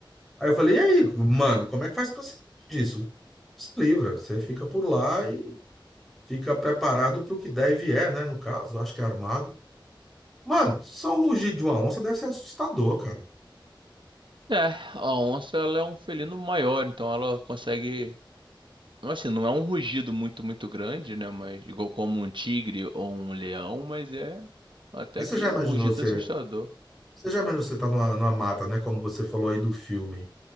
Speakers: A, in the centre; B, on the right.
A: Aí eu falei: e aí, mano, como é que faz pra se livrar disso? Se livra, você fica por lá e fica preparado pro que der e vier, né? No caso, eu acho que é armado. Mano, só o rugido de uma onça deve ser assustador, cara.
B: É, a onça ela é um felino maior, então ela consegue. Assim, não é um rugido muito, muito grande, né? Mas igual como um tigre ou um leão, mas é até
A: Aí você
B: que
A: já imaginou
B: um rugido
A: você.
B: assustador.
A: Você já imaginou você tá numa, numa mata, né? Como você falou aí do filme.